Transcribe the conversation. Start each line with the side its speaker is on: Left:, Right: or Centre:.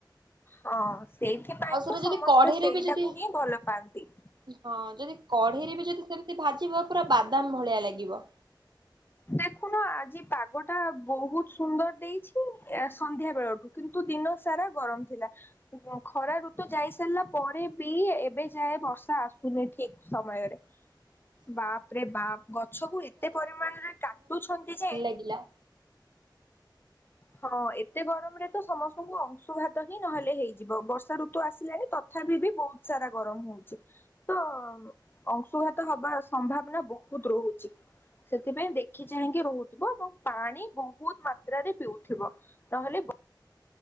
Left: ହଁ ସେଇଠିପାଇଁ
Right: ଆଉ ସେଟା
Left: ତ
Right: ଯଦି
Left: ସମସ୍ତେ
Right: କଢେଇରେ
Left: ସେଇଟାକୁ
Right: ବି ଯଦି
Left: ହିଁ ଭଲ ପାଆନ୍ତି।
Right: ହଁ ଯଦି କଢେଇରେ ବି ଯଦି ସେମିତି ଭାଜିବ ପୁରା ବାଦାମ ଭଳିଆ ଲାଗିବ।
Left: ଦେଖୁନ ଆଜି ପାଗ ଟା ବହୁତ ସୁନ୍ଦର ଦେଇଚି ୟା ସନ୍ଧ୍ୟା ବେଳଠୁ। କିନ୍ତୁ ଦିନ ସାରା ଗରମ ଥିଲା। ଖରା ଋତୁ ଯାଇ ସାରିଲା ପରେ ବି ଏବେ ଯାଏ ବର୍ଷା ଆସୁନି ଠିକ ସମୟରେ।
Right: ହ <inaudible>
Left: ବାପ ରେ ବାପ ଗଛ କୁ ଏତେ ପରିମାଣରେ କାଟୁଛନ୍ତି ଯେ
Right: ଥିଲା।
Left: ହଁ ଏତେ ଗରମରେ ତ ସମସ୍ତଙ୍କୁ ଅଂଶୁଘାତ ହିଁ ନହେଲେ ହେଇଯିବ ବର୍ଷା ଋତୁ ଆସିଲାଣି ତ ତଥାବିି ବି ବହୁତ ସାରା ଗରମ ହଉଚି ତ ଅଂଶୁଘାତ ହବାର ସମ୍ଭାବନା ବହୁତ ରହୁଚି। ସେଥିପାଇଁ ଦେଖି ଚାହିଁକି ରହୁଥିବ ଏବଂ ପାଣି ବହୁତ ମା ତ୍ରାରେ ପିଉଥିବ ନହେଲେ ବ